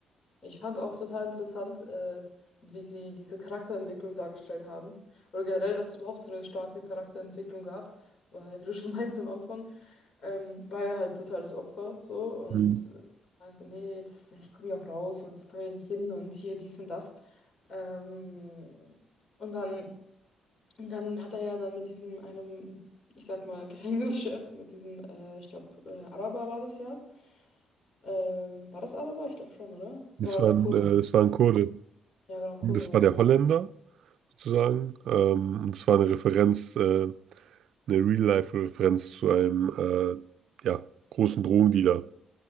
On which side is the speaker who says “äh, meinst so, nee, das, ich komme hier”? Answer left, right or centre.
Left